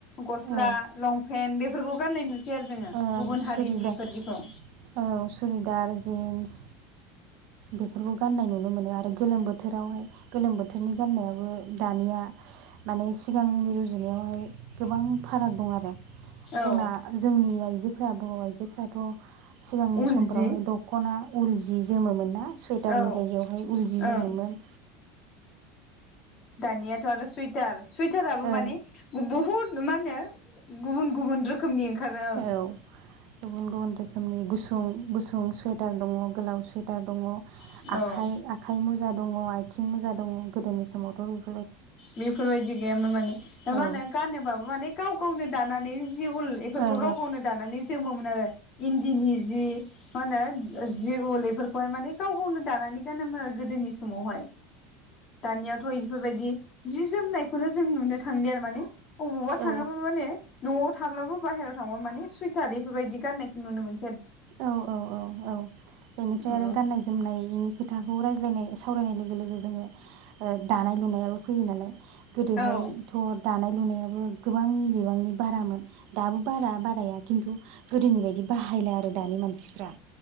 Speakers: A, on the left; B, on the right.
A: गस्ला
B: औ
A: लंपेन्ट बेफोरखौ गान्नाय नुसै आरो जोङो।
B: ओं
A: गुबुन
B: सुरिदा
A: हारिनिफोरदिखौ
B: औ सुरिदार जिन्स बेफोरखौ गाननाय नुनो मोनो आरो गोलोम बोथोरावहाय गोलोम बोथोरनि गान्नायाबो दानिया माने सिगांनि रुजुनायावहाय गोबां फाराग दं आरो। जोंना
A: औ
B: जोंनि आइजोफोरा बर' आइजो जोफ्राथ' सिगांनि
A: उल
B: समफोरावहाय
A: जि
B: दख'ना उल जि जोमोमोनना सुवइटारनि
A: औ
B: जायगायावहाय उल जि जोमोमोन।
A: ओं दानियाथ' आरो सुइटार सुइट टाराबो
B: ओ
A: माने बुहुद मा होनो गुबुन गुबुन रोखोमनि ओंखारो ओं।
B: औ गुबुन गुबुन रोखोमनि गुसुं गुसुं सुवेटार दङ। गोलाव सुवेटार दङ
A: ओं
B: आखाइ
A: औ
B: आखाइ मुजा दङ। थिं मोजां दङ गोदोनि समावथ' बेफो
A: बेफोरबायदि गैयामोन माने दा
B: औ
A: मा होनो गानोबाबो माने गाव गावनो दाना नै जि उल बेफोरखौ
B: ओं
A: गाव गावनो दानानै जि जोमोमोन आरो इन्दिनि जि मा होनो ओ जि उल इफोर हाय माने गाव गावनो दानानै गानोमोन आरो गोदोनि समावहाय दानियाथ' इफोरबायदि जि जोमनायखौनो जों नुनो थांलि आरो माने अबावबा थांङोब्ला
B: ओं औ
A: माने न'आव थाब्लाबो बाहेराव थांबा माने सुइेटार बेफोरबायदि गाननायखौ नुनो मोन
B: औ औ औ औ बेनिफ्राय
A: औ
B: आरो गाननाय जोमनायनि खोथाखौ रायज्लायनाय सावरायनाय लोगो लोगो जोंङो ओ दानाय लुनायाबो फैयो नालाय गोदोहायथ'
A: ओं
B: दानाय लुनायाबो गोबां बिबांनि बारामोन दाबो बारा बाराया खिन्थु गोदोनि बायदि बाहायला आरो दानि मानसिफ्रा